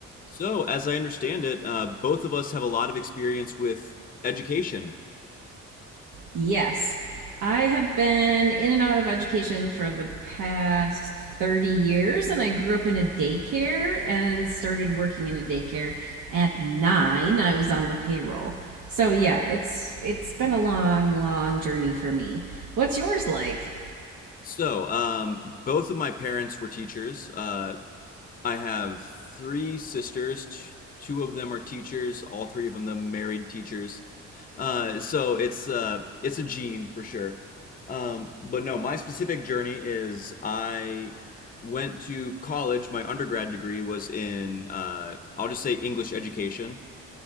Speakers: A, on the left; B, on the right.
A: So, as I understand it, uh, both of us have a lot of experience with education.
B: Yes. I have been in and out of education for the past 30 years, and I grew up in a daycare and started working in a daycare at nine. I was on the payroll. So yeah, it's it's been a long, long journey for me. What's yours like?
A: So, um, both of my parents were teachers. Uh, I have three sisters. T- two of them are teachers. All three of them married teachers. Uh, so it's uh, it's a gene for sure. Um, but no, my specific journey is I went to college. My undergrad degree was in uh, I'll just say English education.